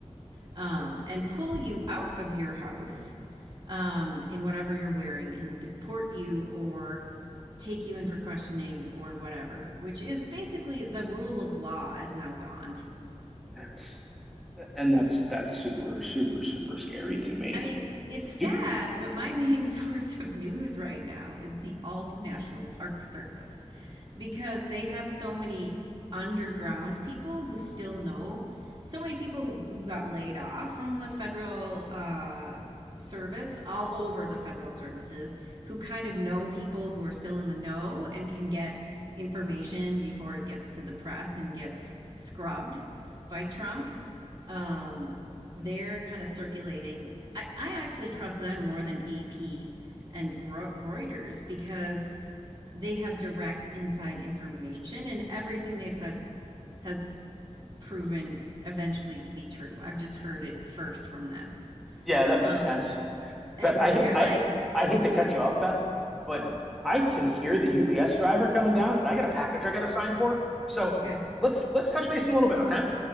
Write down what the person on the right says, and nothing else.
um, and pull you out of your house um, in whatever you're wearing and deport you or take you in for questioning or whatever, which is basically the rule of law is now gone.
I mean, it's sad,
but my <laughs> main source of news right now is the Alt National Park Service because they have so many underground people who still know so many people who, who got laid off from the federal uh, service all over the federal services who kind of know people who are still in the know and can get information before it gets to the press and gets scrubbed by Trump um, they're kind of circulating. I, I actually trust them more than AP and Reuters because they have direct inside information and everything they've said has proven eventually to be true. I've just heard it first from them.
Um,
and
they're
like,
oh,
okay,